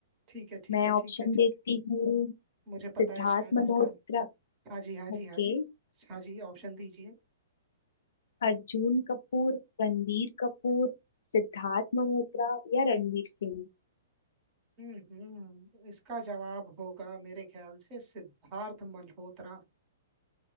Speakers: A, on the right (about 35°); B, on the left (about 65°).
A: ठीक है ठीक
B: मैं
A: है
B: ऑप्शन
A: ठीक है ठीक
B: देती
A: है
B: हूँ
A: मुझे
B: सिद्धार्थ
A: पता है शायद
B: मल्होत्रा
A: इसका हाँ जी हाँ जी
B: ओके
A: हाँ जी हाँ जी ऑप्शन दीजिए
B: अर्जुन कपूर रणवीर कपूर सिद्धार्थ मल्होत्रा या रणवीर सिंह
A: हम्म हम्म। इसका जवाब होगा मेरे ख्याल से सिद्धार्थ मल्होत्रा